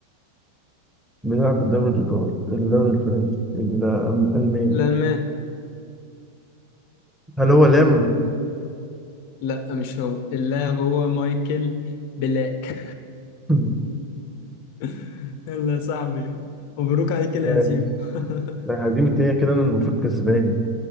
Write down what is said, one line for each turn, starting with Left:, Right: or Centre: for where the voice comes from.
Centre: بيلعب في الدوري الايطالي الدوري الفرنسي الالماني
Left: الالمان
Centre: هل هو لام
Left: لا مش هو اللاعب هو مايكل بلاك
Centre: <laughs>
Left: <laughs> يلا يا صاحبي مبروك عليك الهزيمة
Centre: ماشي.
Left: <laughs>
Centre: هزيمة ايه كده انا المفروض كسبان